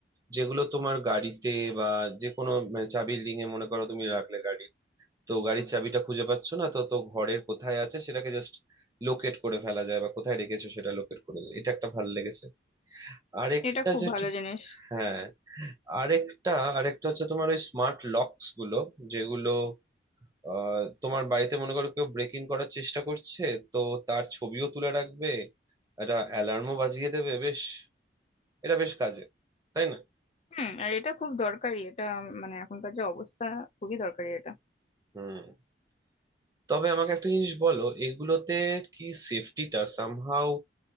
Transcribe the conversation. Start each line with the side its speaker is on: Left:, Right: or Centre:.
Right: যেগুলো তোমার গাড়িতে বা যে কোনো মানে চাবির রিং এ মনে করো তুমি রাখলে গাড়ি তো গাড়ির চাবিটা খুঁজে পাচ্ছ না তো তো ঘরের কোথায় আছে সেটাকে জাস্ট লোকেট করে ফেলা যায় বা কোথায় রেখেছো সেটা লোকেট করে এটা একটা ভালো লেগেছে আরেকটা
Left: এটা খুব
Right: যেটা
Left: ভালো জিনিস
Right: হ্যাঁ আরেকটা আরেকটা হচ্ছে তোমার ওই স্মার্ট লকস গুলো যেগুলো আহ, তোমার বাড়িতে মনে করো কেউ ব্রেক ইন করার চেষ্টা করছে তো তার ছবিও তুলে রাখবে একটা অ্যালার্মও বাজিয়ে দেবে বেশ এটা বেশ কাজে তাই না
Left: হুম আর এটা খুব দরকারি এটা মানে এখনকার যে অবস্থা খুবই দরকারি এটা
Right: হুম তবে আমাকে একটা জিনিস বলো এগুলোতে কি সেফটিটা সামহাউ